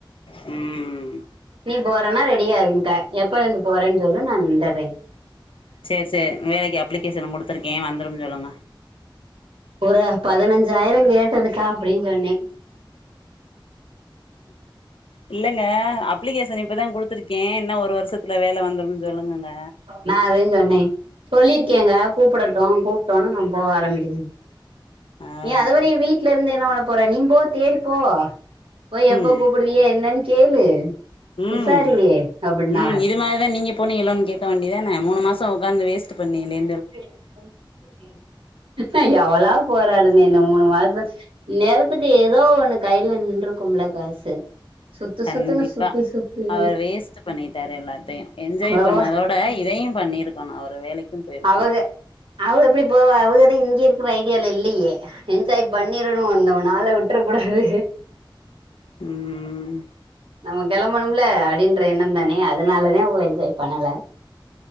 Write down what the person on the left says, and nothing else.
ம்
சேர் சேர் வேலைக்கு அப்ளிகேஷன் குடுத்துருக்கே வந்துரும் சொல்லுங்க
இல்லங்க அப்ளிகேசன் இப்பதா குடுத்துருக்கே இன்னு ஒரு வருசத் இல்ல வேல வந்துரும்ன்னு சொல்லுங்கங்க
ஆ ஆ
ம்
ம்
ம் இது மாதிரிதா நீங்க போனிகளோன் கே க்க வேண்டிதான மூனு மாசோ உக்காந்து வேஸ்ட் பண்ணிகளே
கண்டிப்பா
அவர் வேஸ்ட் பண்ணிட்டார் எல்லாத்தையு என்ஜாய்
பண்ணதோ இப்ப இதையு பண்ணிருக்கணு அவரு வேலைக்கு போயிருக்கணு
ம் ம்